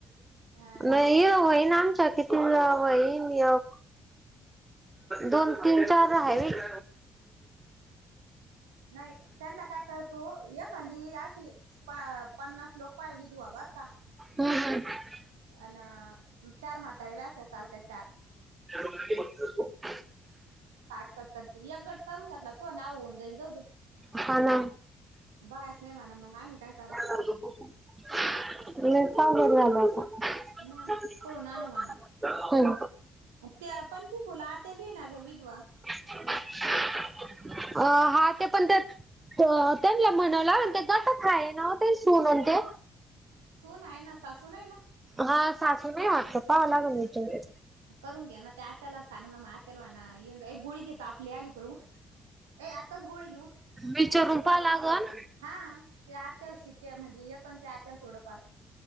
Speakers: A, on the right; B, on the right.
A: हा
B: म ये वहीन आमच्या किती वहीन एक दोन तीन चार आहे! !
A: नाही त्यांना काय कळत तू एखादी अशी पन्नास लोक पाय विधवा बर का! !
B: हम्म हम्? !!!
A: अ चार म्हातारी पण असल्यावर चालत चार
B: <inaudible>
A: साठ सत्तर च एक गट करून घेतला तुय्या नावंर होऊन जान जाऊ दे
B: हा ना.
A: बयस नाही म्हणा मग आम्ही काय करा
B: <inaudible> म का परला <unintelligible>
A: मग कुडून आणू म्हणा
B: <inaudible>
A: त्या पणखी फुलं आत्या बी ना ग विधवा! !!
B: अ हा ते! !! पण त्या त्यांला म्हणावला ते गटात हाय ना सून न ते
A: सून आहे ना सासूू नाही ना! !!
B: हा सासू नाही वाटत पहावा लागेल विचारून
A: करून घ्या ना त्या आत्याला सांग मग आत्याला म्हणा येऊन जा एक गोळी घे ताप लय आला तुला उठ ए आताच गोळी घेऊठ
B: विचारून
A: नाही मग
B: पाहावं लागल.
A: हा ते आत्याला शिके म्हणजे येतन त्या आत्याला थोडंफार